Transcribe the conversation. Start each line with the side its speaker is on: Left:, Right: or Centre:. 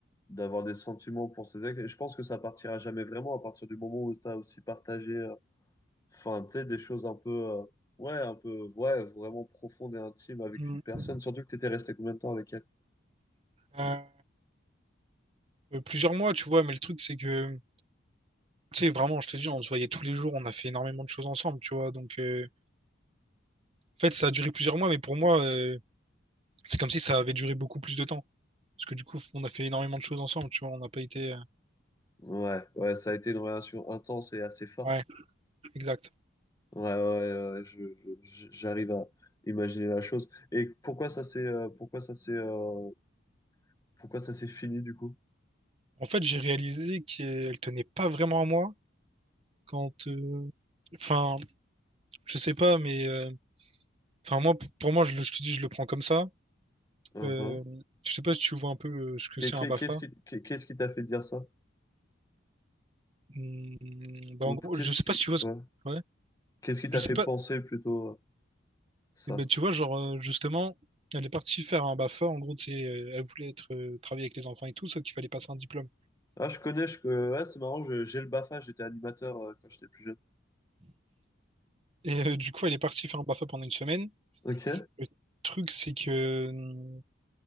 Left: d'avoir des sentiments pour ses ex. Et je pense que ça partira jamais vraiment à partir du moment où tu as aussi partagé, euh, enfin, tu sais, des choses un peu, euh, ouais, un peu, ouais, vraiment profondes et intimes avec
Right: Mm.
Left: une personne. Surtout que tu étais resté combien de temps avec elle?
Right: Euh, euh, plusieurs mois, tu vois, mais le truc, c'est que Tu sais, vraiment, je te dis, on se voyait tous les jours, on a fait énormément de choses ensemble, tu vois. Donc, euh, en fait, ça a duré plusieurs mois, mais pour moi, euh, c'est comme si ça avait duré beaucoup plus de temps. Parce que du coup, on a fait énormément de choses ensemble, tu vois. On n'a pas été. euh,
Left: Ouais, ouais, ça a été une relation intense et assez forte.
Right: Ouais, exact.
Left: Ouais, ouais, ouais, ouais, je- je- j'arrive à imaginer la chose. Et pourquoi ça s'est, euh, pourquoi ça s'est, euh, pourquoi ça s'est fini du coup?
Right: En fait, j'ai réalisé qu'elle tenait pas vraiment à moi quand. euh, Enfin, je sais pas, mais. euh, Enfin, moi, p- pour moi, je, le- je te dis, je le prends comme ça.
Left: Uhum.
Right: Euh, je sais pas si tu vois un peu euh, ce que
Left: Qu'est-
Right: c'est
Left: qu'est-
Right: un BAFA.
Left: Qu'est-ce qui, qu'est- qu'est-ce qui t'a fait dire ça?
Right: Hmm, bah,
Left: Ou
Right: en gros,
Left: qu'est-ce
Right: je sais
Left: qui,
Right: pas si tu vois
Left: ouais.
Right: ce. Ouais.
Left: Qu'est-ce qui t'a
Right: Je sais
Left: fait
Right: pas.
Left: penser plutôt euh, ça?
Right: Et ben, tu vois, genre, euh, justement, elle est partie faire un BAFA. En gros, tu sais, euh, elle voulait être, euh, travailler avec les enfants et tout, sauf qu'il fallait passer un diplôme.
Left: Ah, je connais, je... euh, ouais, c'est marrant, je- j'ai le BAFA, j'étais animateur euh, quand j'étais plus jeune.
Right: Et euh, du coup, elle est partie faire un BAFA pendant une semaine.
Left: Ok,
Right: Le truc, c'est que, hum,